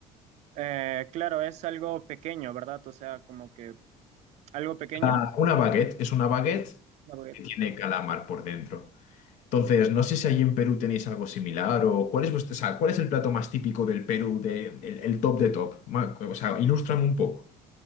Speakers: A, on the right; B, on the left.
A: Eh, claro, es algo pequeño, ¿verdad? O sea, como que algo pequeño.
B: Ah, Una baguette es una baguette
A: La baguette.
B: que tiene
A: Ajá.
B: calamar por dentro. Entonces, no sé si allí en Perú tenéis algo similar o cuál es vuestro, o sea, cuál es el plato más típico del Perú, de, el, el top de top. Ma- O sea, ilústrame un poco.